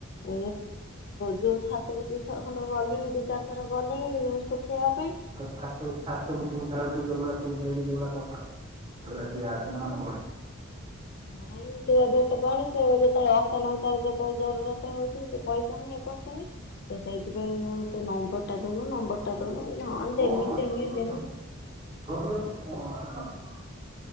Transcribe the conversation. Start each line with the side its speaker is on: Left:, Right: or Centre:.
Left: <unintelligible> ଯୋଉ ଛାତକୁ ଯୋଉ ଥର ଖଣ୍ଡ ଗଲିଣି ଦୁଇ ଚାରି ଥର ଗଲିଣି ସୁଖେଇବା ପାଇଁ।
Right: <unintelligible> ଛାତୁକୁ ତୁ ଯାଉଚୁ ଯୋଉ ଭଳିଆ ତୁ ଯାଇକି ଯୋଉ ଭଳିଆ କଥା ତ <unintelligible>
Left: ନାଇଁ ସିଏ ଭେଟ ପାଉନି ସିଏ ଯେତୋବୋଳେ <unintelligible> ଯେତୋବୋଳେ ଜରୁରତ ହୋଉଚି ସିଏ କହିପାରୁନି <unintelligible> ସିଏ ସେଇଥିପାଇଁ <unintelligible> ନମ୍ବର୍ ଟା ଦୋଉନୁ ନମ୍ବର୍ ଟା ଦୋଉନୁ ମୁଁ କହିଲି
Right: ଆଁ
Left: ହଁ ଦେମି
Right: କଣ
Left: ଦେମି
Right: ଜରୁରତ
Left: ଦେମି।
Right: କଣ? <unintelligible> <unintelligible>